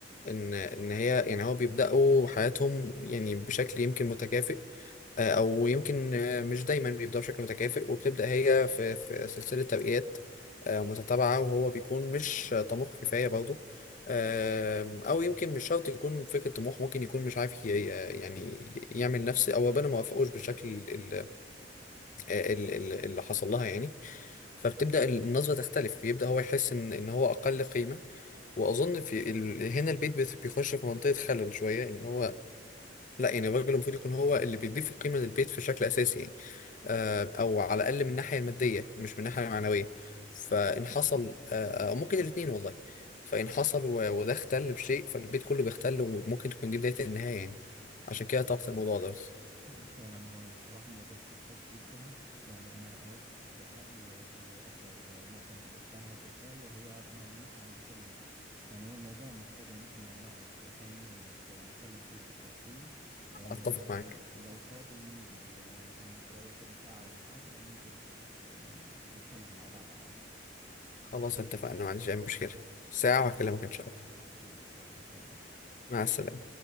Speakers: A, on the left; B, on the right.
A: ان ان هي يعني هو بيبداوا حياتهم يعني بشكل يمكن متكافئ آه، او يمكن آه، مش دايما بيبداوا بشكل متكافئ وبتبدا هي في في سلسله تبقيات آه، متتابعه وهو بيكون مش آه، طموح كفايه برضه آم، او يمكن مش شرط يكون فكره طموح ممكن يكون مش عارف ي- ي- يعني يعمل نفس او ربنا ما وافقوش بالشكل ال- آه، ال- ال- اللي حصل لها يعني فبتبدا النظره تختلف بيبدا هو يحس ان ان هو اقل قيمه واظن في ال... هنا البيت بت- بيخش في منطقه خلل شويه ان هو لا يعني الراجل المفروض يكون هو اللي بيضيف القيمه للبيت في شكل اساسي يعني آه، او على الاقل من الناحيه الماديه مش من الناحيه المعنويه فان حصل آه، او ممكن الاثنين والله فان حصل و- وده اختل بشيء فالبيت كله بيختل وممكن تكون دي بدايه النهايه يعني عشان كده طرحت الموضوع ده بس
B: فعلا هو بصراحة موضوع حساس جدا يعني أنا أوافقك الرأي في آخر نقطة أنت قلتها بالفعل وهي ملموسة عند كل الناس يعني هو الموضوع محتاج إن إحنا نقعد تاني ونتكلم فيه في التفصيل آه،
A: اتفق
B: فلو
A: معاك
B: فاضي ننزل آه، كمان شوية كده ساعة ولا حاجة ننزل آه، نتكلم مع بعض على
A: خلاص اتفقنا ما عنديش اي مشكله ساعه
B: القهوة
A: وهكلمك ان شاء الله
B: ماشي يلا سلام
A: مع السلامه